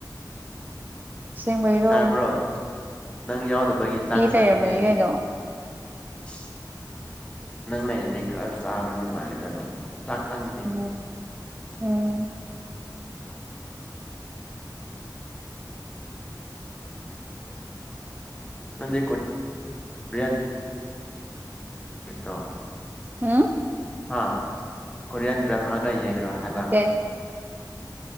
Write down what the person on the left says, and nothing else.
ꯇꯥꯕ꯭ꯔꯣ ꯅꯪ ꯌꯥꯎꯗꯕꯒꯤ ꯆꯥꯛ ꯆꯪꯗꯦ
ꯏꯁ ꯅꯪ ꯂꯩꯔꯗꯤ ꯈꯔ ꯆꯥꯕ ꯅꯨꯡꯉꯥꯏꯒꯗꯕ ꯆꯥꯛ ꯆꯪ
<unintelligible> <unintelligible>
ꯍꯥ ꯀꯣꯔꯤꯌꯥꯟ ꯗ꯭ꯔꯃꯥꯀ ꯌꯦꯡꯗ꯭ꯔꯣ ꯍꯥꯏꯕ